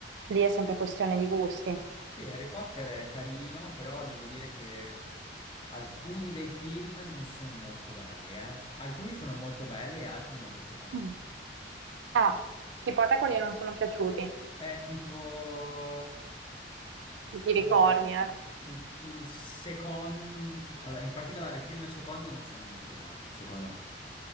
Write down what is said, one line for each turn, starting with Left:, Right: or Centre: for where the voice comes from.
Right: lì è sempre questione di gusti.
Left: Sì, Harry Potter è carino, però devo dire che alcuni dei film non sono molto belli, eh. Alcuni sono molto belli e altri non lo sono.
Right: Mm. Ah, tipo a te quelli non sono piaciuti,
Left: È tipo,
Right: ti
Left: allora,
Right: ricordi, eh?
Left: il, il secondo, allora, in particolare il primo e il secondo non sono molto belli, secondo me.